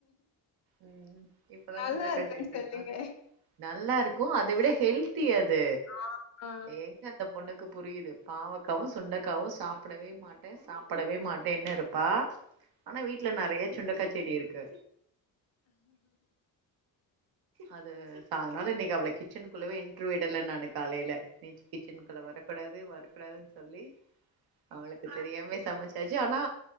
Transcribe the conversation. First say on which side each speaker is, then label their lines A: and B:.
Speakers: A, on the right; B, on the left.
A: உம் இப்பதா
B: நல்லா
A: சொண்டக்கச்சேட்ட
B: இருக்குன்னு சொல்லுங்க
A: நல்லா இருக்கு கு அது வுட ஹெல் தி அது
B: ஆ ஆ
A: எங்க அந்த பொண்ணுக்கு புரியுது பாவக்காவும் சுண்டக்காவும் சாப்பிடவே மாட்டேன் சாப்பிடவே மாட்டேன்ன்னு இருப்பா ஆனா வீட்டுல நிறைய சுண்டக்காய் செடி இருக்கு அது அதனால இன்னைக்கு அவ்ள கிச்சனுக்குள்ளவே இன்ட்ரு விடல நானு காலையில நீ கிச்சன்கல வரக்கூடாது வர வர கூடாது சொல்லி அவளுக்கு தெரியாம அப்பையே சமைச்சாச்சு ஆனா